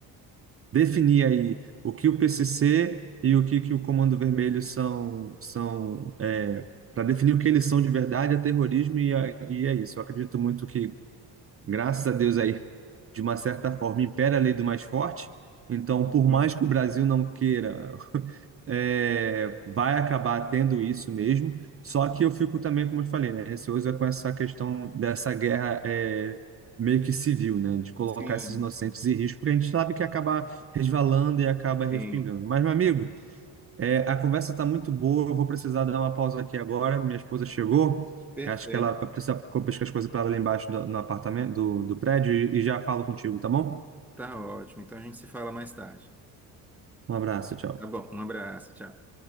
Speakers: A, on the right; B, in the centre.
A: definir aí o que o PCC e o que, que o Comando Vermelho são, são é, para definir o que eles são de verdade, é terrorismo e é, e é isso. Eu acredito muito que graças a Deus aí, de uma certa forma, impera a lei do mais forte. Então, por
B: Hum,
A: mais que o Brasil não queira, <laughs> é, vai acabar tendo isso mesmo. Só que eu fico também, como eu te falei, né, receoso é com essa questão dessa guerra é, meio que civil, né, de colocar
B: Sim,
A: esses inocentes
B: sim,
A: em risco, porque a gente sabe que acaba resvalando e acaba respingando.
B: sim.
A: Mas, meu amigo, é, a conversa está muito boa. Eu vou precisar dar uma pausa aqui agora. Minha esposa chegou.
B: Perfeito.
A: Acho que ela vai precisar pescar as coisas para ela lá embaixo do, no apartamento, do, do prédio e, e já falo contigo, tá bom?
B: Tá ótimo. Então a gente se fala mais tarde.
A: Um abraço, tchau.
B: Tá bom, um abraço, tchau.